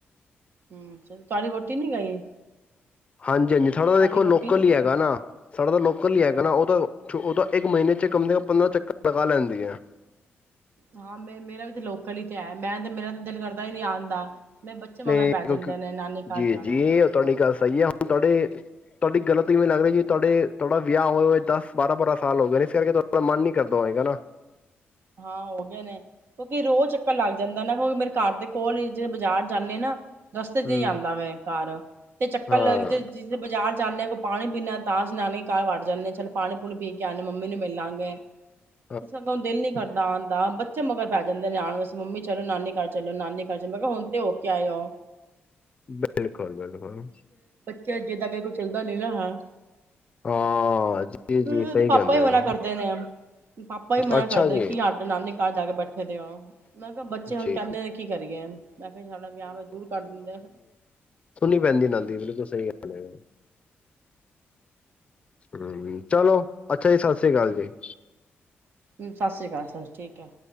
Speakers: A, on the right; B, on the left.
A: ਹੂੰ ਤੁਹਾਡੀ ਵਹੁਟੀ ਨੀ ਗਈ?
B: ਹਾਂਜੀ-ਹਾਂਜੀ ਥੋੜਾ
A: ਤੁਹਾਡੀ
B: ਦੇਖੋ
A: ਵੋਟੀ
B: ਲੋਕਲ
A: ਨੀ
B: ਹੀ
A: ਗਈ
B: ਹੈਗਾ ਨਾ। ਸਾਡਾ ਤਾਂ ਲੋਕਲ ਹੀ ਹੈਗਾ ਨਾ, ਉਹ ਤਾਂ ਉਹ ਤਾਂ ਇੱਕ ਮਹੀਨੇ ਚ ਕਮ ਸੇ ਕਮ ਪੰਦਰਾਂ ਚੱਕਰ ਲਗਾ ਲੈਂਦੀ ਐ।
A: ਹਾਂ ਮੇ ਮੇਰਾ ਵੀ ਤੇ ਲੋਕਲ ਹੀ ਤੇ ਹੈ ਮੈਂ ਤੇ ਮੇਰਾ ਤਾਂ ਦਿਲ ਕਰਦਾ ਹੀ ਨੀ ਆਣ ਦਾ। ਨਹੀਂ ਬੱਚੇ ਮਗਰ
B: ਨਹੀਂ
A: ਪੈ
B: ਕਿਉਂਕਿ
A: ਜਾਂਦੇ ਨੇ ਨਾਨੀ
B: ਜੀ
A: ਘਰ ਜਾਣਾ
B: ਜੀ
A: ਨਾਨੀ
B: ਉਹ ਤੁਹਾਡੀ
A: ਘਰ
B: ਗੱਲ
A: ਜਾਣਾ।
B: ਸਹੀ ਹੈ ਹੁਣ ਤੁਹਾਡੇ ਤੁਹਾਡੀ ਗਲ ਤੋਂ ਕਿਵੇਂ ਲੱਗ ਰਹੀ ਏ ਤੁਹਾਡੇ ਤੁਹਾਡਾ ਵਿਆਹ ਹੋਏ ਹੋਏ ਦਸ ਬਾਰਾਂ-ਬਾਰਾਂ ਸਾਲ ਹੋ ਗਏ ਨੇ ਫੇਰ ਕਿਤੋਂ ਅਪਣਾ ਮਨ ਨੀ ਕਰਦਾ ਹੋਏਗਾ ਨਾ।
A: ਹਾਂ ਹੋਗੇ ਨੇ। ਕਿਉਂਕਿ ਰੋਜ਼ ਚੱਕਰ ਲੱਗ ਜਾਂਦਾ ਨਾ ਹੁਣ ਮੇਰੇ ਘਰ ਦੇ ਕੋਲ ਹੀ ਜੇ ਬਾਜ਼ਾਰ ਜਾਨੇ ਨਾ ਰਸਤੇ ਤੇ
B: ਹੂੰ
A: ਹੀ ਜਾਂਦਾ ਵਾ ਘ, ਤੇ ਚੱਕਰ
B: ਹਾਂ
A: ਲੱਗ ਜੇ ਜਿਸ ਦਿਨ ਬਾਜ਼ਾਰ ਜਾਂਨੇ ਆਂ ਕੋਈ ਪਾਣੀ ਪੀਣਾ ਤਾਂ ਅਸੀਂ ਨਾਨੀ ਘਰ ਵੜ ਜਾ ਜਾਂਨੇ ਆਂ ਚਲ ਪਾਣੀ ਪੂਣੀ ਪੀ ਕੇ ਆਣੇ ਆਂ ਮੰਮੀ ਨੂੰ ਮਿਲਲਾਂਗੇ।
B: <inaudible>
A: ਸਗੋਂ ਦਿਲ ਨੀ ਆਣ ਦਾ ਬੱਚੇ ਮਗਰ ਪੈ ਜਾਂਦੇ ਨੇ ਆਣ ਵਾਸਤੇ ਮੰਮੀ ਚਲੋ ਨਾਨੀ ਘਰ ਚਲੋ ਨਾਨੀ ਘਰ ਚਲੋ ਮੈਂ ਕਿਹਾ ਹੁਣ ਤੇ ਹੋ ਕੇ ਆਏ ਹੋ।
B: ਬਿਲਕੁਲ-ਬਿਲਕੁਲ
A: ਤੇ ਅ ਜੇਦਾਂ ਕਹੇ ਕੋਈ ਚੱਲਦਾ ਨੀ ਨਾ ਹਾਂ।
B: ਹਾਂ ਜੀ ਜੀ
A: ਹੂੰ ਇਹਦੇ
B: ਸਹੀ
A: ਪਾਪਾ
B: ਕਹਿੰਦੇ
A: ਵੀ ਮਨਾ
B: ਹੋ
A: ਕਰਦੇ ਨੇ, ਪਾਪਾ ਵੀ ਮਨਾ
B: ਅੱਛਾ
A: ਕਰਦੇ
B: ਜੀ
A: ਨੇ। ਕੀ ਨਾਨੀ ਘਰ ਜਾ ਕੇ ਬੈਠੇ ਦੇਓਂ। ਮੈਂ ਕਿਹਾ ਬੱਚੇ ਹੁਣ
B: ਜੀ
A: ਕਹਿੰਦੇ ਨੇ ਕੀ ਕਰੀਏ, ਮੈਂ ਕਿਹਾ ਸਾਡਾ ਵਿਆਹ ਵਿਹਾ ਦੂਰ ਕਰ ਦਿੰਦੇ।
B: ਸੁਨਣੀ ਪੈਂਦੀ ਇਹਨਾਂ ਦੀ
A: ਹੂੰ
B: ਬਿਲਕੁਲ ਸਹੀ ਗੱਲ। ਹੈ। ਹੂੰ ਚਲੋ, ਅੱਛਾ ਜੀ ਸਤਿ ਸ੍ਰੀ ਅਕਾਲ ਜੀ।
A: ਸਤਿ ਸ਼੍ਰੀ ਅਕਾਲ ਚਲੋ ਠੀਕ ਹੈ।